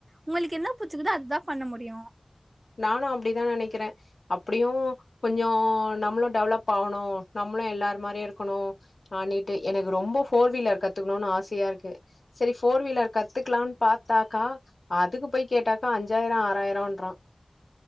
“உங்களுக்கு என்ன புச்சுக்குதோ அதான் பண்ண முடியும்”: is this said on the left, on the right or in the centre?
Right